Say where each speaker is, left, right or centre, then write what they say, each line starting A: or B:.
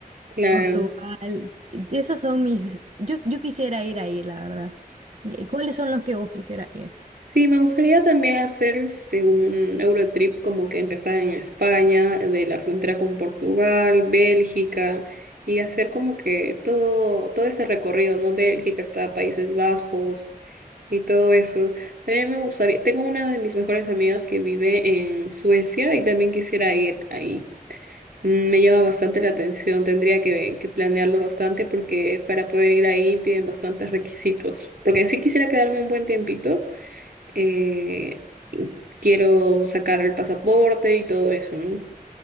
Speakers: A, on the right; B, on the right.
A: Claro.
B: Portugal. Esas son mis... Yo, yo quisiera ir ahí, la verdad. ¿Y ¿Cuáles son los que vos quisieras ir?
A: Sí, me gustaría también hacer este, un Eurotrip como que empezar en España, de la frontera con Portugal, Bélgica, y hacer como que todo, todo ese recorrido, ¿no? Bélgica hasta Países Bajos y todo eso. También me gustaría, tengo una de mis mejores amigas que vive en Suecia y también quisiera ir ahí. Mm, Me llama bastante la atención, tendría que, que planearlo bastante porque para poder ir ahí piden bastantes requisitos, porque sí quisiera quedarme un buen tiempito eh, quiero sacar el pasaporte y todo eso, ¿no?